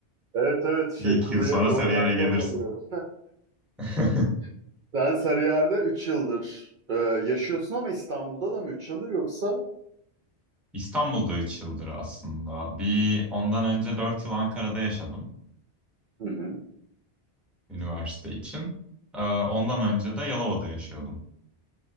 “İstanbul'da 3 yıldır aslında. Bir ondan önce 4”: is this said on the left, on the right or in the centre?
Centre